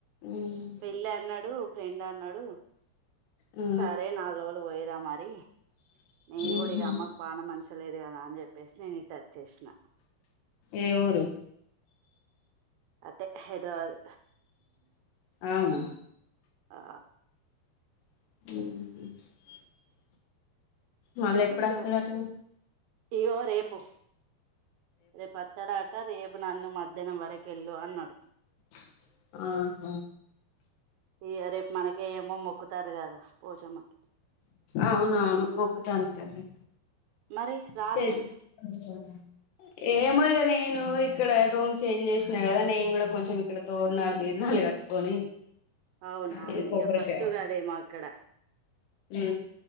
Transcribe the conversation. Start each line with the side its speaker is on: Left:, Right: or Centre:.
Left: ఉమ్
Right: పెళ్ళి అన్నాడు, ఫ్రెండ్ అన్నాడు.
Left: ఆ
Right: సరే నా రోల్ పోయిరా మరి, నేన్
Left: ఉహు
Right: కూడా ఇగ అమ్మక్ పానం మంచిగ లేదు కదా అని చెప్పేసి, నేను ఇటొచ్చేస్న
Left: ఏ ఊరు
Right: అటే, హైడ్రబాదు
Left: అవును
Right: ఆ
Left: <unintelligible> మళ్ళీ
Right: ప్పుడు
Left: ఎప్పుడు వస్తాడట మరి
Right: అయ్యో రేపు రేపు అత్తడాట రేపు నన్ను మధ్యాహ్నం వరకు వెళ్ళు అన్నాడు.
Left: <unintelligible> ఆహ
Right: ఈ రేపు మనకేమో మొక్కుతారు కదా. పోచమ్మకి
Left: అవును అవును మొక్కుత అం టనే
Right: మరి రాలేదు
Left: <unintelligible> ఏమదునే నేను ఇక్కడ రూమ్ చేంజ్ చేసినా కదా. నేను కూడా కొంచెం ఇక్కడ తోరునాలు బిర్నాలు కట్టుకొని.
Right: అవున అవును
Left: ఇది కొబ్బరికాయ
Right: ఇక ఫస్ట్ గదేమో అక్కడ
Left: ఊ